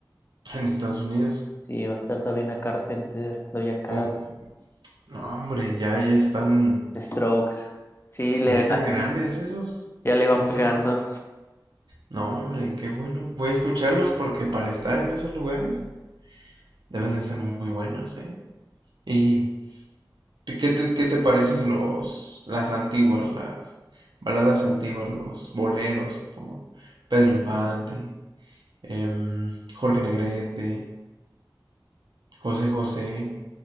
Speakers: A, on the right (about 70°); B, on the left (about 30°).
A: en Estados Unidos.
B: Sí, va a estar Sabrina Carpenter, Doja Cat,
A: Oh, no, hombre, ya, ya están,
B: The Strokes. Sí,
A: ya
B: le-
A: están grandes esos.
B: ya le van
A: Ya
B: pegando.
A: son. No, hombre, qué bueno. Voy a escucharlos porque para estar en esos lugares deben de ser muy buenos, ¿eh? Y ¿Te- ¿Qué te, qué te parecen los, las antiguas, las baladas antiguas, los boleros, como Pedro Infante, em, Jorge Negrete, José José?